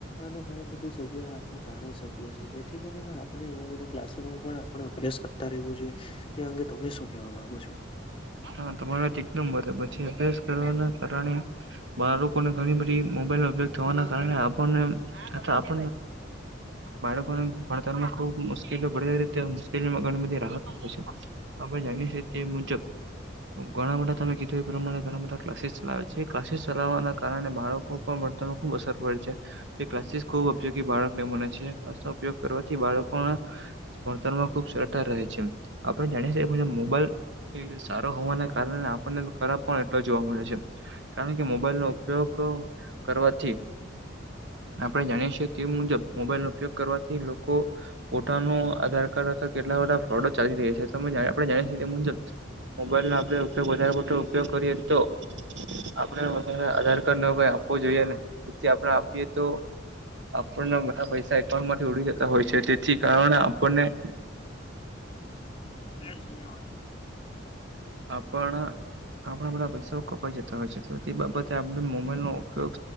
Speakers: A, on the left; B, on the right.
A: અને ઘણી બધી જગ્યા આપણે જાણી શકીએ છીએ જેથી કરીને આપણે એવા બધા ક્લાસમાં પણ આપ અભ્યાસ કર રહેવું જોઈએ તે અંગે તમે શું કેવા માંગો છો?
B: હા તમારા વાત એકદમ બરે પછી અભ્યાસ કરવાના કારણે. બાળકોને ઘણી બધી મોબાઈલનો ઉપયોગ થવાના કારણે આપણને. અ આપ બાળકોને ભણતરમાં. ખબ મુશ્કેલી પડી મુશ્કેલીમાં ઘણી બધી રાહત મળ છે. આપણે જાણીએ છીએ તે મુજબ. ઘણા બધા તમે કીધું એ પ્રમાણે ઘણા બધા ક્લાસીસ ચલાવે છે ક્લાસીસ ચલાવવાના કારણે બાળકો. મળતા ખુબ અસર પડે છે. એ ક્લાસીસ ખુબ ઉપયોગી બાળકને મને છે. ક્લાસનો ઉપયોગ કરવાથી બાળકોના ભણતરમાં ખુબ સરતા રહે છે. આપણે જાણી શએ મોબાઈલ સારો હોવાને કારણે આપણને ખરાબ પણ એટલો જોવા મળે છે. કારણ કે મોબાઈલ નો ઉપયોગ કરવાથી આપણે જાણીએ છીએ તે મુજબ મોબાઈલ નો ઉપયોગ કરવાથી લોકો. પોતાનો આધાર કાર્ડ અથવા કેટલાધા ફ્રોડ ચાલી રહ્યા છે, તમે આપણે જાણીએ છીએ મુજબ. મોબાઈલ નો આપડે ઉપયોગ વધારે પડતો ઉપયોગ કરીએ તો. આપડ વધારે આધાર કાર્ડ નો કઈ આપવો જોઈએ નને જેથી આપડ આપીએ તો. આપણને બધા પૈસા એકાઉન્ટ માંથી ઉડી જતા
A: બ
B: હોય છે તેથી કારણે આપણને.
A: એ જ નિયમની.
B: આપણા આપણા બધા પૈસાઓ કપાઈ જતા હોય છે. તો તે બાબતે આપડ મોબાઈલ નો ઉપયોગ.